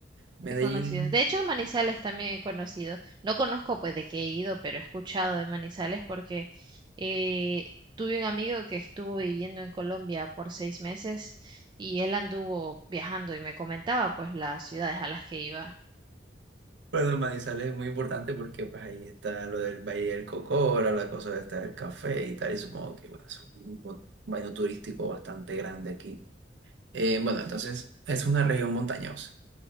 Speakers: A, on the right; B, on the right.
A: Medellín.
B: He conocido. De hecho, Manizales también he conocido. No conozco, pues, de qué he ido, pero he escuchado de Manizales porque eh, tuve un amigo que estuvo viviendo en Colombia por seis meses y él anduvo viajando y me comentaba, pues, las ciudades a las que iba.
A: Bueno, el Manizales es muy importante porque pues ahí está lo del Valle del Cocora, la cosa está del café y tal, y supongo que bueno, es un baño turístico bastante grande aquí. Eh, bueno, entonces es una región montañosa.